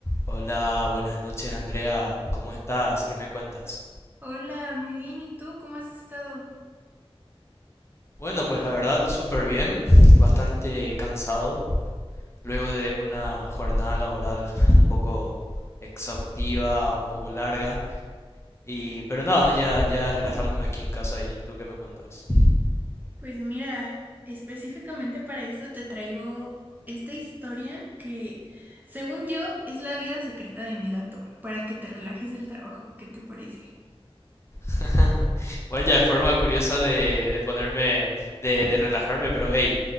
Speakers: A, on the left; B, on the right.
A: Hola, buenas noches Andrea, ¿cómo estás? ¿Qué me cuentas?
B: Hola, muy bien. ¿Y tú cómo has estado?
A: Bueno, pues la verdad, súper bien, bastante cansado, luego de una jornada laboral un poco exhaustiva, un poco larga, y pero nada, ya, ya relajándome aquí en casa y tú qué me cuentas.
B: Pues mira, específicamente para eso te traigo esta historia que, según yo, es la vida secreta de mi gato, para que te relajes del trabajo. ¿Qué te parece?
A: <laughs> Vaya forma curiosa de, de ponerme, de, de relajarme, pero hey,